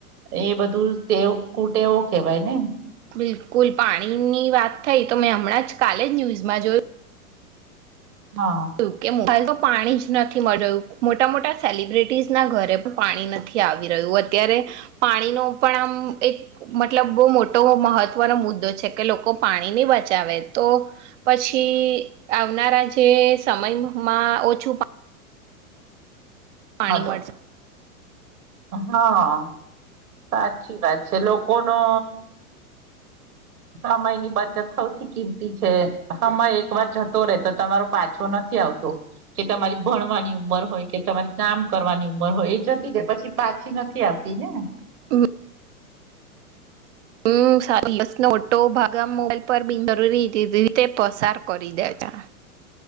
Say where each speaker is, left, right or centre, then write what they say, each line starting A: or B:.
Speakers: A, on the right; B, on the right.
A: એ બધું તે કૂટે એવો કવાય ને
B: બિલકુલ પાણીની વાત થઈ તો મેં હમણાં જ કાલે જ ન્યૂઝમાં જોયું
A: હા
B: કે <unintelligible> પાણી જ નથી મળી રહ્યું મોટા મોટા સેલિબ્રિટીસ ના ઘરે પણ પાણી નથી આવી રહ્યું અત્યારે પાણીનો પણ આમ એક મતલબ બો મોટો મહત્વનો મુદ્દો છે કે લોકો પાણીની બચાવે તો પછી આવનારા જે સમયમાં ઓછું પા પાણી
A: હલો
B: મળ જ
A: હા સાચી વાત છે લોકો નો સમય ની બચત સૌથી કિંમતી છે સમય એક વાર જતો રહેે તો તમારો પાછો નથી આવતો કે તમારી ભણવાની ઉંમર હોય કે તમારી કામ કરવાની ઉંમર હોય એ જતી જાય પછી પાછી નથી આવ તીને
B: <unintelligible> હમ <unintelligible> તો ભાગા મોબાઈલ પર બીન જરૂરી રીતે પસાર કરી દેતા